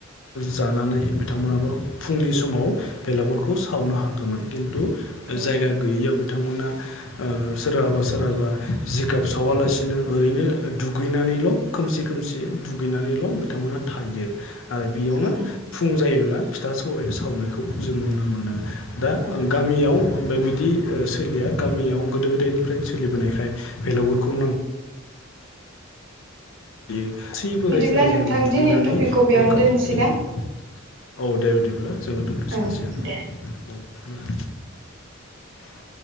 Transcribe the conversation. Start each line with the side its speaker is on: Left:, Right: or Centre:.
Left: जानानै बिथांमोनाबो फुंनि समाव बेलागुरखौ सावनो हागोमोन किन्तु
Right: औ
Left: जायगा गैयैयाव थां मोना ओ सोरहाबा सोरहाबा जिगाब सावालासिनो ओरैनो दुगैनानैल खोमसि खोमसि दु गैनानैल बिथांमोना थायो। आरो बेयावनो
Right: ओं
Left: फुं जायोब्ला फिथा सौराइ सावनायखौ जों नुनो मोनो। दा
Right: ओं
Left: गामियाव। बेबायदि सोलिया गामियाव गोदो गोदायनिफ्रायनो सोलिबोनायखाय बेलागुरखौ नां <unintelligible> सैबो
Right: बिदिब्ला
Left: रायजो राजानो
Right: नोंथां
Left: दुगैनानै
Right: दिनैनि टपिकखौ बेयावनो
Left: नेमखान्थिखौ
Right: दोनसै
Left: औ
Right: दां
Left: दे बिदिब्ला। जों दोनथ
Right: ओं दे
Left: <unintelligible> ओं <inaudible>